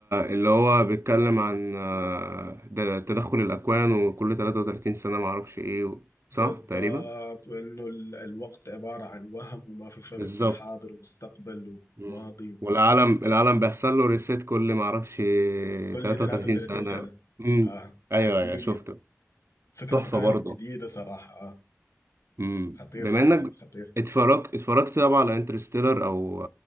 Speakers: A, on the right; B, on the left.
A: اللي هو بيتكلم عن آه، ده تدخل الأكوان وكل 33 سنة معرفش ايه و... صح
B: بالضبط
A: تقريبا
B: وإنه ال- الوقت عبارة عن وهم وما في فرق
A: بالظبط
B: بين حاضر ومستقبل
A: مم.
B: وماضي
A: والعالم العالم
B: عجيب
A: بيحصل له ريسيت كل معرفش
B: كل
A: 33
B: 33
A: سنة
B: سنة
A: امم
B: آه
A: ايوه
B: عجيب
A: ايوه شفته
B: يا مان فكرته
A: تحفة
B: كانت
A: برضه
B: جديدة صراحة آه
A: امم
B: خطير
A: بما
B: صراحة
A: انك
B: خطير
A: اتفرجت اتفرجت طبعا على انترستيلر او